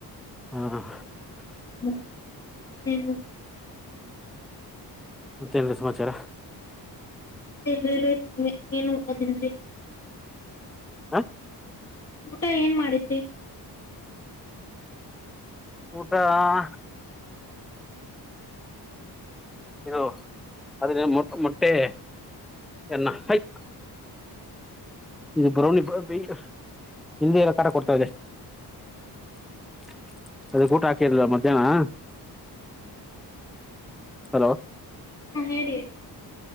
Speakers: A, in the centre; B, on the left.
A: ಹ, ಹಾ. <inaudible>
B: ಹ್ಮ್, ಏನು, ಮಿಸ್
A: ಮತ್ತೆ ಇನ್ನೇನು, ಸಮಾಚಾರ. <inaudible>
B: ಮತ್ತೆ, ಹೇಳಿ, ಏನು, ಊಟ, ತಿಂದೂರಿ. <inaudible>
A: ಹಾ. <inaudible>
B: ಊಟ, ಏನ್ ಮಾಡಿದ್ರಿ? <inaudible>
A: ಊಟ. <inaudible> ಇದು, ಅದನ್ನ, ಮೊ, ಮೊಟ್ಟೆ ಎನ್ನ ಆಯ್ತು. <inaudible> ಇದು, ಬ್ರೌನಿ, ಬ, ಈಗ, ಹಿಂದಿ ಕಾಟ ಕೊಡ್ತಾ ಇದೆ. <inaudible> ಅದೇ, ಊಟ ಹಾಕಿರ್ಲಿಲ್ಲ ಮಧ್ಯಾಹ್ನ? <inaudible>
B: ಹ್ಮ್. <inaudible>
A: ಹಲೋ. <inaudible>
B: ಹೇಳಿ, ಹೇಳಿ,